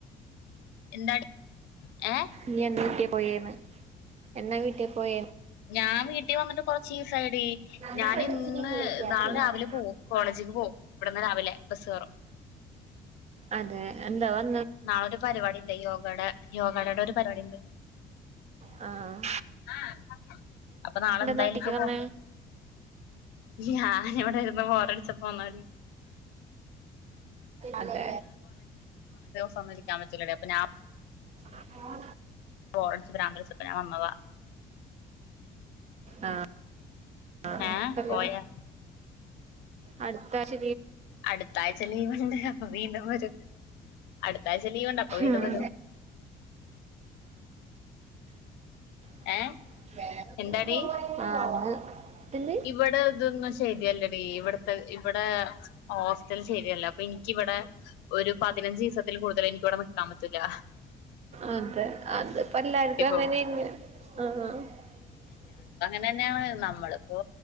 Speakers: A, on the left (about 85°); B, on the right (about 40°).
A: എന്താടി ഏഹ
B: നീ <inaudible> എന്നാ വീട്ടിൽ പോയ
A: ഞാൻ വീട്ടിൽ വന്നിട്ട് കൊറച്ചീസായടി
B: അന്റെ
A: ഞാനിന്ന്
B: ഫ്രണ്ട്സിനെ വിളിക്കാ
A: നാളെ
B: പിള്ളേരെ
A: രാവിലെ പോവും കോളേജ്ക്ക് പോവും ഇവിടന്ന് രാവിലെ ബസ് കേറും
B: അതേ എന്താ <inaudible>
A: നാളെ ഒരു പരിവാടിണ്ടേയ് യോഗടെ യോഗടെടെ ഒരു പരിവാടി ണ്ട്
B: ആഹ
A: ആഹ അപ്പൊ നാളെ എന്തായിലക്കപ്പോ
B: നാട്ടിക്ക് വന്നേ
A: ഞാന ഇവിടെ ഇന്ന് ബോറടിച്ചപ്പോൾ പോന്നാല്
B: അതെ
A: സമധിക്കാൻ പറ്റില്ല അപ്പൊ
B: ആഹ
A: ബോറടിച്ച് ഭ്രാന്ത് പിടിച്ചപ്പോ ഞാൻ വന്നതാ
B: ആ <inaudible> ആഹ ആഹ
A: ഏ
B: ഹലോ
A: പോയാ
B: അടുത്ത ആഴ്ച
A: അടുത്ത ആഴ്ച ലീവ് ഉണ്ട് അപ്പൊ വീണ്ടും വരും അടുത്താഴ്ച ലീവ് ഉണ്ട് അപ്പൊ വീണ്ടും
B: ഉം
A: വരും
B: ആഹ
A: ഏ എന്താടി
B: അത് എന്ത്
A: ഇവിടെ അതൊന്നും ശരി അല്ലേ ഇവിടുത്തെ ഇവിടെ ഹോസ്റ്റൽ ശരിയല്ല അപ്പൊ എനിക്കിവിടെ ഒരു പതിനഞ്ച് ദിവസത്തിൽ കൂടുതൽ എനിക്കിവിടെ നിക കാ മത്തുല്ല
B: അതെ അത്പ്പല്ലാര്ത് അങ്ങനെ
A: പോകും
B: ന്നാണ് ആ
A: ന്നെയാണ് നമ്മള് പ്പോ